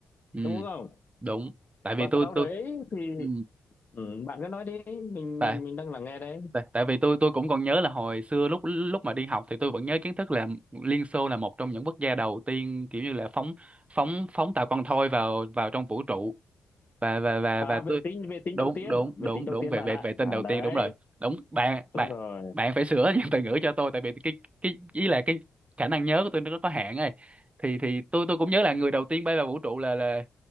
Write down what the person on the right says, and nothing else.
ừ
đúng tại vì
tôi
tôi
ừ
tại
tại tại vì tôi tôi cũng còn nhớ là hồi xưa lúc lúc mà đi học thì tôi vẫn nhớ kiến thức là Liên Xô là một trong những quốc gia đầu tiên kiểu như là phóng phóng phóng tàu con thoi vào vào trong vũ trụ và và và
và
tôi
đúng
đúng
đúng
đúng
về
về
về tên
đầu tiên
đúng rồi đúng bạn bạn
bạn phải sửa <laughs> những từ ngữ cho tôi tại vì cái cái ý là cái khả năng nhớ của tôi nó có hạn ấy thì thì tôi tôi cũng nhớ là người đầu tiên bay vào vũ trụ là là